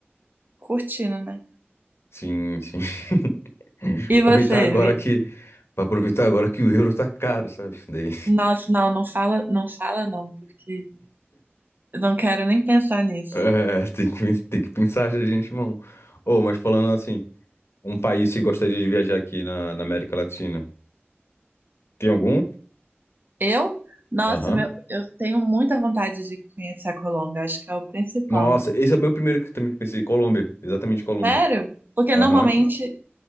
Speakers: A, on the right; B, on the left.
A: curtindo, né?
B: Sim, sim. <laughs>
A: E
B: Aproveitar
A: você?
B: agora
A: Vi-
B: que. Pra aproveitar agora que o euro tá caro, sabe? Daí.
A: Nossa, não, não fala, não fala não, porque eu não quero nem pensar nisso.
B: É, tem que, tem que pensar já de antemão. Ô, mas falando assim, um país que gostaria de viajar aqui na, na América Latina. Tem algum?
A: Eu? Nossa,
B: Aham.
A: meu, eu tenho muita vontade de conhecer a Colômbia, acho que é o principal.
B: Nossa, esse é meu primeiro que eu também pensei. Colômbia, exatamente Colômbia.
A: Sério? Porque
B: Aham.
A: normalmente,